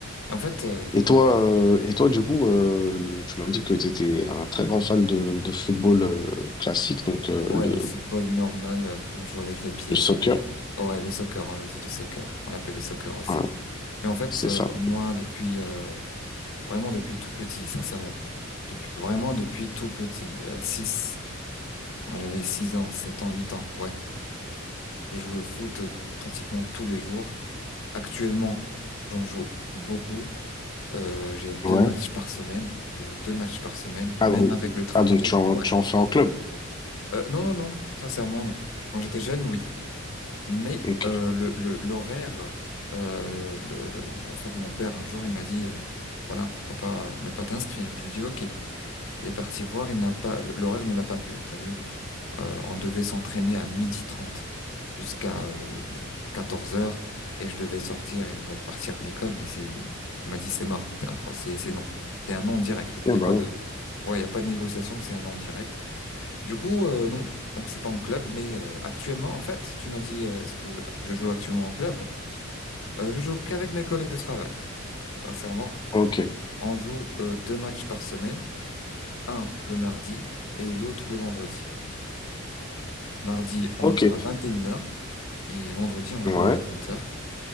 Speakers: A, on the left; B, on the left.
A: En fait, euh,
B: Et toi, euh, et toi, du coup, euh, le- tu m'as dit que tu étais un très grand fan de, de football euh, classique, donc euh,
A: ouais,
B: le,
A: le football normal euh, qu'on joue avec les pieds,
B: le soccer.
A: t'as vu. Ouais, le soccer, on le dit, le soccer. On l'appelle le soccer aussi.
B: Voilà,
A: Mais en fait,
B: c'est
A: euh,
B: ça.
A: moi, depuis euh, Vraiment depuis tout petit, sincèrement. Depuis, vraiment depuis tout petit. Euh, six. quand j'avais 6 ans, 7 ans, 8 ans, ouais. Je jouais au foot euh, pratiquement tous les jours. Actuellement, j'en joue beaucoup. Euh, j'ai deux
B: Ouais.
A: matchs par semaine. Je joue deux matchs par semaine,
B: Ah
A: même
B: donc,
A: avec le travail.
B: ah, donc tu en,
A: Ouais.
B: tu en fais en club.
A: Euh, non, non, non, non. Sincèrement, non. Quand j'étais jeune, oui. Mais
B: Ok.
A: euh, le, le, l'horaire, euh, le, le- en fait, mon père, un jour, il m'a dit, euh, voilà, pourquoi pas ne pas t'inscrire. Je lui dis, OK. Il est parti voir, il n'a pas, l'horaire ne l'a pas plu, t'as vu? Euh, on devait s'entraîner à midi 30 jusqu'à euh, 14 heures et je devais sortir et repartir à l'école, mais c'est, il m'a dit c'est mort, c'est incroyable, c'est c'est non. C'est un non direct.
B: Eh ben
A: Il y a pas
B: ouais.
A: de, ouais, il y a pas de négociation, c'est un non direct. Du coup, euh, non. Donc c'est pas en club, mais euh, actuellement, en fait, tu m'as dit, euh, est-ce que je joue actuellement en club? Euh, je joue qu'avec mes collègues de travail, sincèrement.
B: Ok.
A: On joue euh, deux matchs par semaine, un le mardi et l'autre le vendredi. Mardi, on
B: Ok.
A: joue à vingt et une heures et vendredi, on
B: Ouais.
A: joue à vingt heures